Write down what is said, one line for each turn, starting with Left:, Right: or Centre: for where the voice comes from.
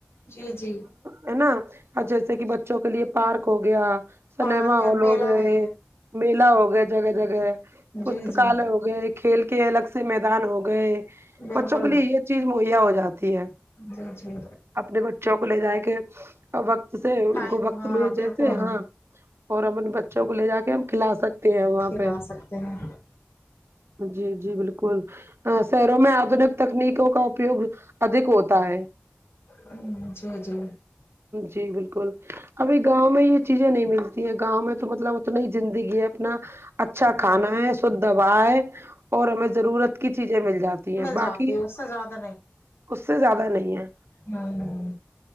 Left: جی جی
Right: ہے نا جیسے کہ بچوں کے لیے پارک ہو گیا سنیما
Left: پارک ہے
Right: ہال
Left: میلہ
Right: ہو گیا
Left: ہے
Right: گئے میلا ہو گئے جگہ جگہ پستکالے
Left: جی جی
Right: ہو گئے کھیل کے الگ سے میدان ہو گئے
Left: بالکل
Right: بچوں کے لیے یہ چیز مہیا ہو جاتی ہے
Left: جی جی
Right: اپنے بچوں کو لے جا کے وقت سے
Left: ٹائم
Right: ان کو وقت
Left: ہاں
Right: ملے جیسے
Left: بالکل
Right: ہاں اور اپنے بچوں کو لے جا کے ہم کھلا سکتے ہیں وہاں
Left: پھر
Right: پہ
Left: آ سکتے ہیں
Right: جی جی بالکل شہروں میں آدنک تکنیکوں کا اپیوگ ادک ہوتا ہے
Left: ھمم جی جی
Right: جی بالکل ابھی گاؤں میں یہ چیزیں نہیں ملتی ہے گاؤں میں تو مطلب اتنا ہی زندگی ہے اپنا اچھا
Left: مل
Right: کھانا ہے شودھ ہوا ہے اور ہمیں ضرورت کی چیزیں مل جاتی ہیں
Left: جاتی
Right: باقی
Left: ہے اس سے زیادہ
Right: اس سے زیادہ نہیں ہے
Left: ھمم